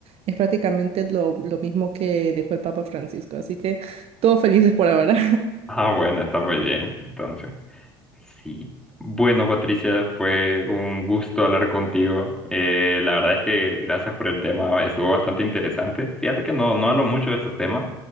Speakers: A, on the right; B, in the centre.
A: es prácticamente lo, lo mismo que dejó el Papa Francisco, así que todos felices por ahora.
B: Ah, bueno, está muy bien, entonces. Sí. Bueno, Patricia, fue un gusto hablar contigo. Eh, la verdad es que gracias por el tema, estuvo bastante interesante. Fíjate que no, no hablo mucho de estos temas,